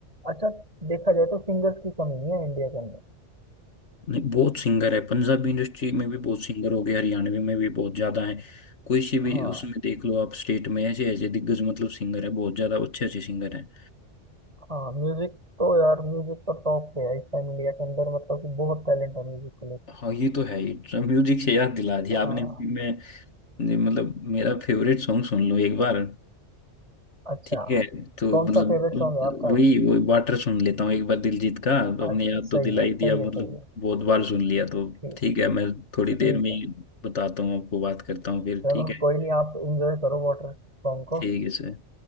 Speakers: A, on the right; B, on the left.
A: अच्छा देखा जाए तो सिंगर्स की कमी नहीं है इंडिया के अंदर
B: नहीं बहुत सिंगर है पंजाबी इंडस्ट्री में भी बहुत सिंगर हो गए हरियाणवी में भी बहुत ज्यादा है कोई सी भी
A: हाँ
B: उसमें देख लो आप स्टेट में ऐसे ऐसे दिग्गज मतलब सिंगर है बहुत ज्यादा अच्छे अच्छे सिंगर हैं
A: हाँ म्यूजिक तो यार म्यूजिक तो टॉप पे है इस टाइम इंडिया के अंदर मतलब कि बहुत टैलेंट है म्यूजिक को लेकर
B: हाँ ये तो है ही म्यूजिक से याद दिला दिया
A: हाँ
B: आपने मैं ने- मतलब मेरा फेवरेट सॉन्ग सुन लो एक बार
A: अच्छा
B: ठीक है तो
A: कौन
B: मतलब
A: सा फेवरेट सॉन्ग है आपका
B: वही वही वाटर सुन लेता हूँ एक बार दिलजीत का अपने
A: अच्छा
B: याद
A: सही
B: तो दिला
A: है
B: ही
A: सही
B: दिया मतलब
A: है सही है
B: बहुत बार सुन लिया तो
A: ठीक
B: ठीक है मैं थोड़ी
A: ठीक
B: देर में
A: है
B: ही बताता हूँ आपको बात करता हूँ फिर
A: चलो
B: ठीक है
A: कोई नहीं आप इंजॉय करो वाटर सॉन्ग को
B: ठीक है सर